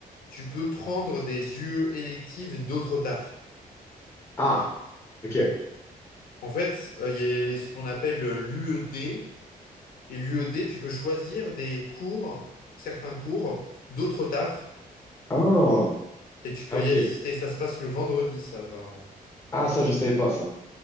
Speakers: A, on the left; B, on the left.
A: tu peux prendre des UE électives d'autres tafs.
B: Ah, ok.
A: En fait, euh, il y a ce qu'on appelle l'UED. Et l'UED, tu peux choisir des cours, certains cours, d'autres tafs,
B: Ah,
A: et tu peux
B: ah, ok.
A: y assister. Ça se passe le vendredi, ça, apparemment.
B: Ah, ça, je savais pas ça.